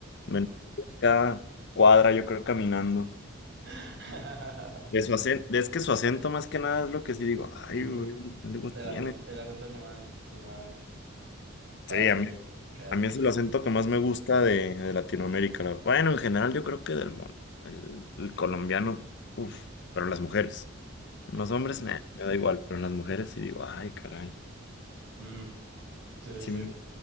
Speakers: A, on the left (about 60°); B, on the right (about 60°).
A: me enamoro de cada cuadra yo creo caminando.
B: <laughs>
A: De su acen- es que su acento más que nada es lo que sí digo,
B: Ujú,
A: ay, güey, algo
B: el
A: tiene.
B: acento, el acento es lo más, lo más padre
A: Sí, a mí,
B: que, que hay.
A: a mí es el acento que más me gusta de, de Latinoamérica. la- Bueno, en general yo creo que del mundo. El, el colombiano, uff, pero las mujeres. Los hombres,
B: Mm,
A: nah, me da igual, pero en las mujeres sí digo, ay, caray.
B: mm, sí,
A: Sí,
B: sí,
A: me-
B: sí,